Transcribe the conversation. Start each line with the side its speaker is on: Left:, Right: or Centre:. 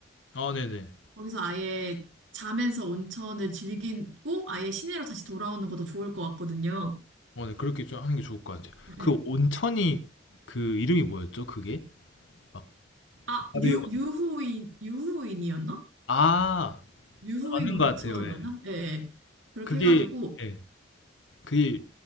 Left: 아, 네네.
Right: 거기서 아예 자면서 온천을 즐기고 아예 시내로 다시 돌아오는 것도 좋을 것 같거든요.
Left: 어, 네. 그렇게 좀 하는 게 좋을 것 같아요. 그
Right: 예.
Left: 온천이 그 이름이 뭐였죠? 그게? 막
Right: 아,
Left: 아베
Right: 유,
Left: 온-
Right: 유후인, 유후인이었나?
Left: 아,
Right: 유후인
Left: 맞는
Right: 온천
Left: 것 같아요. 예.
Right: 맞나? 예. 예. 그렇게
Left: 그게
Right: 해가지고,
Left: 예. 그게